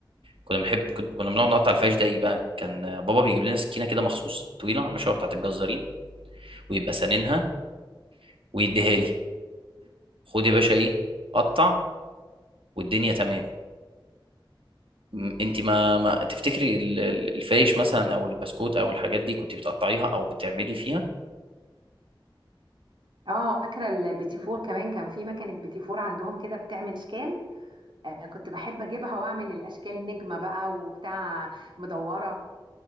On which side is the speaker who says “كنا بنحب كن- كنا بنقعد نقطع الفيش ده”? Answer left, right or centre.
Right